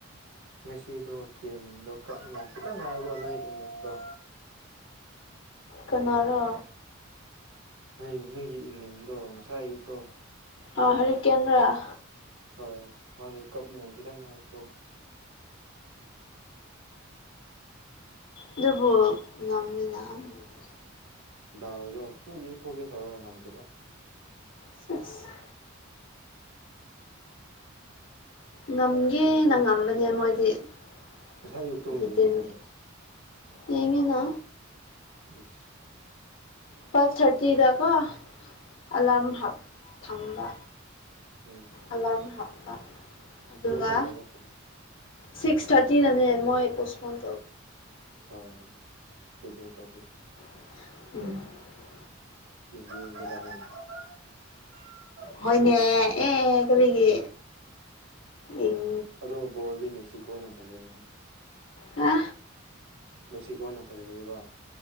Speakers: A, on the right; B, on the left.
A: ꯉꯁꯤꯗꯣ ꯀꯦꯟꯗꯣ ꯀꯞꯅꯤꯡ ꯈꯤꯇꯪ ꯉꯥꯏꯗꯣ ꯅꯣꯏ ꯏꯪꯂꯦꯟꯗꯣ
B: ꯀꯅꯥꯔꯣ
A: ꯅ ꯅꯣꯏꯒꯤ ꯏꯪꯂꯩꯟꯗꯣ ꯉꯁꯥꯏ ꯑꯌꯨꯛꯇꯣ
B: ꯑ ꯍꯔꯤ ꯀꯦꯟꯔꯥ
A: ꯍꯣꯏ ꯃꯥꯁꯨ ꯀꯞꯅꯤꯡꯉꯥꯏ ꯈꯤꯇꯪ ꯉꯥꯏꯀꯣ
B: ꯑꯗꯨꯕꯨ ꯉꯝꯃꯤꯅ ꯃꯣꯏꯗꯤ
A: ꯗꯥꯎꯗꯣ ꯄꯣꯒꯦ ꯄꯣꯒꯦ ꯇꯧꯔꯒ ꯉꯝꯈꯤꯕ
B: ꯁꯦꯁ ꯉꯝꯒꯦꯅ
A: ꯅꯪ ꯉꯁꯥꯏ
B: ꯉꯝꯕꯅꯦ ꯃꯣꯏꯗꯤ ꯑꯩꯒꯤ
A: ꯉꯁꯥꯏ ꯑꯌꯨꯛꯇꯣ ꯌꯦꯡꯕ꯭ꯔꯅꯦ
B: ꯇꯤꯝꯗꯤ ꯌꯦꯡꯉꯦꯅ
A: ꯏꯁ
B: ꯐꯥꯏꯚ ꯊꯥꯔꯇꯤꯗꯀꯣ ꯑꯂꯥꯔꯝ ꯊꯝꯕ
A: ꯎꯝ
B: ꯑꯦꯂꯥꯃ ꯍꯥꯞꯄ
A: <unintelligible>
B: ꯑꯗꯨꯒ ꯁꯤꯛꯁ ꯊꯥꯔꯇꯤ ꯗꯥꯅꯦ ꯃꯣꯏ ꯄꯣꯁꯄꯣꯟ
A: ꯍꯣꯏ ꯗꯤꯂꯦ ꯇꯧꯕ
B: <unintelligible>
A: <unintelligible>
B: ꯍꯣꯏꯅꯦ ꯑꯦ ꯀꯔꯤꯒꯤ ꯎꯝ
A: ꯑꯗꯣ ꯕꯣꯜꯗꯤ ꯃꯦꯛꯁꯤꯀꯣꯅ ꯐꯖꯩꯗꯅꯥ
B: ꯑ
A: ꯃꯦꯛꯁꯤꯀꯣꯅ ꯐꯖꯩꯏꯕ